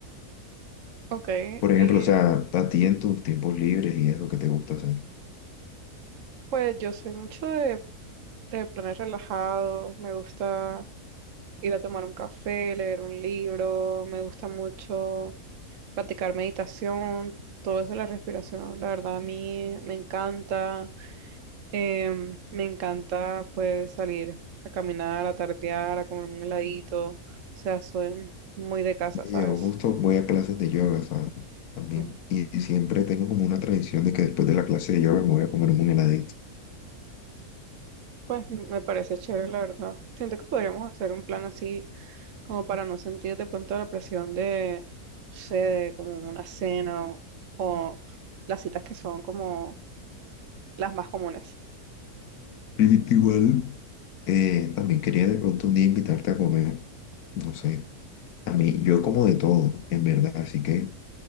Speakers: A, on the right; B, on the left.
A: Ok,
B: Por
A: y
B: ejemplo, o sea, a ti en tus tiempos libres y eso que te gusta hacer.
A: pues yo soy mucho de, de planes relajados, me gusta ir a tomar un café, leer un libro, me gusta mucho practicar meditación, todo eso, de la respiración, la verdad a mí me encanta, em, me encanta pues salir a caminar, a tardear, a comer un heladito, o sea, soy muy de casa,
B: Y
A: ¿sabes?
B: Yo justo voy a clases de yoga, ¿sabes? sea, también.
A: Mm,
B: Y siempre tengo como una tradición de que después de la clase de yoga me voy a comer un heladito.
A: Pues m- me parece chévere, la verdad. Siento que podríamos hacer un plan así como para no sentir de pronto la presión de, no sé, de como una cena o o las citas que son como las más comunes.
B: Y igual. eh, también quería de pronto un día invitarte a comer. No sé. A mí, yo como de todo, en verdad. Así que